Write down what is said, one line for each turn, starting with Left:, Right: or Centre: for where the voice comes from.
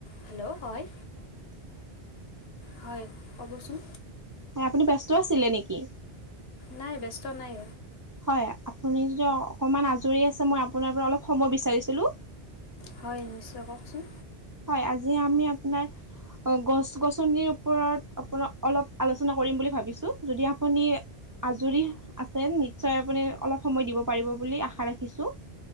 Left: Hello হয়। হয় ক'বচোন।
Right: হয় আপুনি ব্যস্ত আছিলে নেকি?
Left: নাই ব্যস্ত নাই।
Right: হয়, আপুনি যদি অকমান আজৰি আছে মই আপোনাৰ পৰা অলপ সময় বিচাৰিছিলো।
Left: হয় নিশ্চয় কওকচোন।
Right: হয় আজি আমি আপোনাৰ। অ' গছ গছনিৰ ওপৰত আপোনা অলপ আলোচনা কৰিম বুলি ভাবিছো যদি আপুনি আজৰি আছে নিশ্চয় আপুনি অলপ সময় দিব পাৰিব বুলি আশা ৰাখিছো।